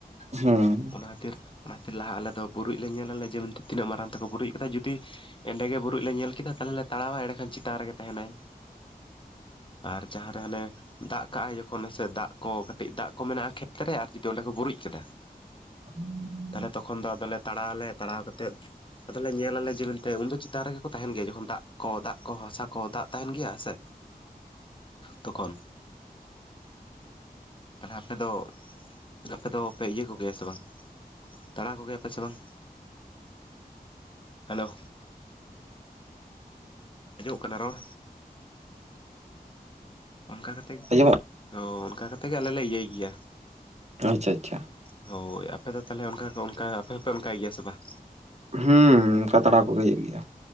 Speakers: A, on the right (about 45°); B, on the left (about 35°).
A: ᱦᱩᱸ᱾
B: ᱚᱱᱟ ᱠᱷᱟᱛᱤᱨ ᱚᱱᱟ ᱠᱷᱟᱛᱤᱨ ᱞᱟᱦᱟ ᱟᱞᱮᱫᱚ ᱵᱩᱨᱩᱡ ᱞᱮ ᱧᱮᱞᱟᱞᱮ ᱛᱤᱱᱟᱹᱜ ᱢᱟᱨᱟᱝ ᱛᱮᱠᱚ ᱵᱩᱨᱤᱡ ᱟᱠᱟᱫᱟ ᱡᱩᱫᱤ ᱮᱸᱰᱮ ᱜᱮ ᱵᱩᱨᱩᱡ ᱞᱮ ᱧᱮᱞ ᱠᱮᱫᱟ ᱛᱟᱦᱞᱮ ᱞᱮ ᱛᱟᱲᱣᱟ ᱮᱸᱰᱮ ᱠᱷᱟᱱ ᱪᱮᱛᱟᱱ ᱨᱮᱜᱮ ᱛᱟᱦᱮᱱᱟᱭ᱾ ᱟᱨ ᱡᱟᱦᱟᱸ ᱨᱮ ᱦᱟᱱᱮ ᱫᱟᱜ ᱠᱟᱜᱼ ᱟᱭ ᱡᱚᱠᱷᱚᱱ ᱥᱮ ᱫᱟᱜ ᱠᱚ ᱠᱟᱹᱴᱤᱡ ᱫᱟᱜ ᱠᱚ ᱢᱮᱱᱟᱜᱼᱟ ᱠᱷᱮᱛᱨᱮ ᱟᱨ ᱡᱩᱫᱤ ᱚᱸᱰᱮ ᱠᱚ ᱵᱩᱨᱤᱡ ᱠᱟᱫᱟ᱾
A: <inaudible>
B: ᱛᱟᱦᱞᱮ ᱛᱚᱠᱷᱚᱱ ᱫᱚ ᱟᱫᱚᱞᱮ ᱛᱟᱲᱟᱣᱟᱞᱮ ᱛᱟᱲᱟᱣ ᱠᱟᱛᱮᱫ ᱟᱫᱚᱞᱮ ᱧᱮᱞ ᱟᱞᱮ ᱡᱮ ᱢᱮᱱᱛᱮ ᱩᱱ ᱫᱚ ᱪᱮᱛᱟᱱ ᱨᱮᱜᱮ ᱠᱚ ᱛᱟᱦᱮᱱ ᱜᱮᱭᱟ ᱡᱚᱠᱷᱚᱱ ᱫᱟᱜ ᱠᱚ ᱫᱟᱜ ᱠᱚ ᱦᱟᱥᱟ ᱠᱚ ᱫᱟᱜ ᱛᱟᱦᱮᱱ ᱜᱮᱭᱟ ᱦᱮ ᱥᱮ᱾
A: <inaudible>
B: ᱛᱚᱠᱷᱚᱱ᱾ ᱛᱟᱦᱚᱞᱮ ᱟᱯᱮ ᱫᱚ ᱟᱯᱮ ᱫᱚᱯᱮ ᱤᱭᱟᱹ ᱠᱚᱜᱮᱭᱟ ᱥᱮ ᱵᱟᱝ? ᱛᱟᱲᱟᱣ ᱠᱚᱜᱮᱭᱟᱯᱮ ᱥᱮ ᱵᱟᱝ, ᱦᱮᱞᱳ᱾ ᱟᱸᱡᱚᱢᱚᱜ ᱠᱟᱱᱟ ᱨᱚᱲ? ᱚᱱᱠᱟ ᱠᱟᱛᱮ
A: ᱟᱸᱡᱚᱢᱚᱜ
B: ᱦᱳ ᱚᱱᱠᱟ ᱠᱟᱛᱮ ᱜᱮ ᱟᱞᱮ ᱞᱮ ᱤᱭᱟᱹᱭ ᱜᱮᱭᱟ᱾
A: ᱟᱪᱪᱷᱟ ᱟᱪᱪᱷᱟ᱾
B: ᱦᱳᱭ, ᱟᱯᱮ ᱫᱚ ᱛᱦᱚᱞᱮ ᱚᱱᱠᱟ ᱠᱚ ᱚᱱᱠᱟ ᱟᱯᱮ ᱦᱚᱯᱮ ᱚᱱᱠᱟᱭ ᱜᱮᱭᱟ ᱥᱮ ᱵᱟᱝ?
A: ᱦᱩᱸ ᱚᱱᱠᱟ ᱛᱟᱲᱟᱣ ᱠᱚᱜᱮ ᱦᱩᱭᱩᱜ ᱜᱮᱭᱟ᱾